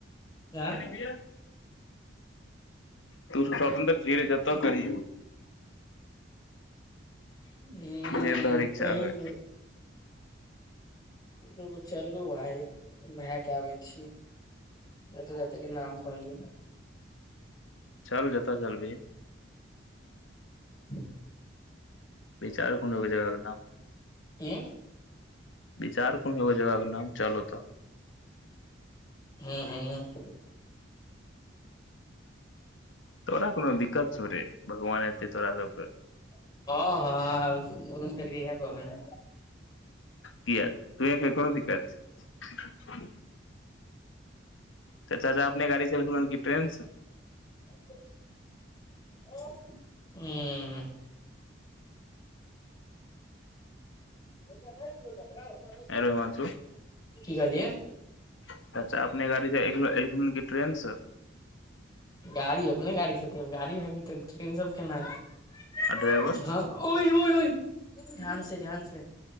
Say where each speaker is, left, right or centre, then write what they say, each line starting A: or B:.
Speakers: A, on the left (about 20°); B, on the left (about 90°).
A: आँए
B: <unintelligible> तू स्वतंत्र छिही रे जतत करी
A: हूं
B: जे तोहर इच्छा
A: कहि
B: होइ
A: दूगो चलू भाय भए के आबै छी जतऽ जतऽ के नाम कहलियै य
B: चल जेतऽ चलबिही
A: <inaudible>
B: बिचार कोनो एगो जगह के नाम
A: की
B: बिचार कोनो एगो जगह के नाम चल ओतऽ
A: हुँ हुँ
B: तोरा कोनो दिक्कत छो रे भगवान एते तोरा सब के
A: हँ हँ आहाँ बस इहे कहबै न
B: किये दे तुहे कही कोन दिक्कत छै तोहर चाचा अपने गाड़ी से अलखून हन की ट्रेन से
A: उंम्म <inaudible>
B: आँय रे हिमांशु
A: कहलियै
B: चच्चा अपने गाड़ी से एलखून एल खुन की ट्रेन स
A: गाड़ी अपने गाड़ी स एतै गाड़ी भए गेलै तऽ ट्रेन से अब केना एथीन
B: आ ड्राइवर
A: ओइ ओय ओय ध्यान से ध्यान से